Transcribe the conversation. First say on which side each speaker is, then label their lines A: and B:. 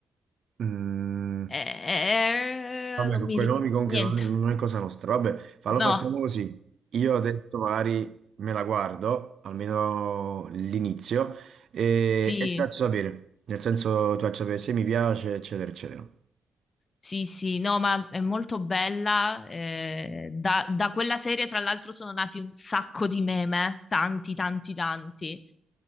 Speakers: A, on the right; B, on the left.
A: Mm.
B: Eh,
A: Vabbè,
B: non
A: con
B: mi
A: quei
B: ricordo
A: nomi comunque
B: niente.
A: non, non è cosa nostra. Vabbè, fallo
B: No,
A: facciamo così. Io adesso magari me la guardo, almeno l'inizio, e,
B: sì,
A: e ti faccio sapere. Nel senso, ti faccio sapere se mi piace, eccetera, eccetera.
B: Sì, sì, no, ma è molto bella. eh, da, da quella serie, tra l'altro, sono nati un sacco di meme, tanti, tanti, tanti,